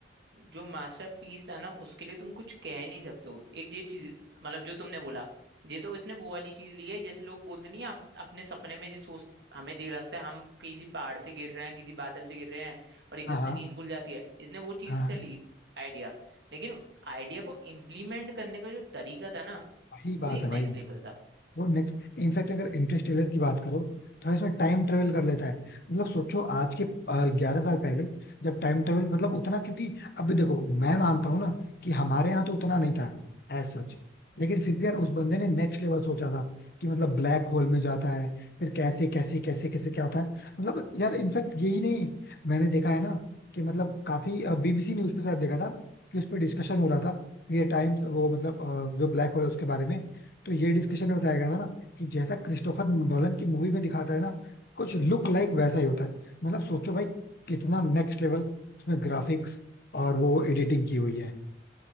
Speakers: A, on the right; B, on the left.
A: जो मास्टर पीस था ना उसके लिए तुम कुछ कह नहीं सकते हो एक ये चीज मतलब जो तुमने बोला ये तो इसने वो वाली चीज ली है जैसे लोग बोलते नहीं हैं, आप अपने सपने में ये सोच हमें देर लगता है हम किसी पहाड़ से गिर रहे हैं किसी बादल से गिर रहे हैं और एकदम
B: हाँ
A: से
B: हाँ
A: नींद खुल जाती है इसने वो चीज
B: हाँ
A: से
B: हाँ,
A: ली आइडिया लेकिन आइडिया को इम्प्लीमेंट करने का जो तरीका था ना
B: वही बात
A: वो एक
B: है
A: नेक्स्ट
B: भाई
A: लेवल था
B: वो नेक्स्ट इनफैक्ट अगर इंटरस्टेलर की बात करो तो इसमें टाइम ट्रेवल कर लेता है मतलब सोचो आज के ग्यारह साल पहले जब टाइम ट्रेवल मतलब उतना क्योंकि अभी देखो मैं मानता हूँ ना कि हमारे यहाँ तो उतना नहीं था एज सच लेकिन फिर भी यार उस बंदे ने नेक्स्ट लेवल सोचा था कि मतलब ब्लैक होल में जाता है फिर कैसे कैसे कैसे कैसे क्या होता है मतलब यार इनफैक्ट यही नहीं मैंने देखा है ना कि मतलब काफी बीबीसी न्यूज पे शायद देखा था कि उस पर डिस्कशन हो रहा था ये टाइम वो मतलब अ, जो ब्लैक होल है उसके बारे में तो ये डिस्कशन में बताया गया था ना कि जैसा क्रिस्टोफर नोलन की मूवी में दिखाता है ना कुछ लुक लाइक वैसा ही होता है मतलब सोचो भाई कितना नेक्स्ट लेवल उसमें ग्राफिक्स और वो एडिटिंग की हुई है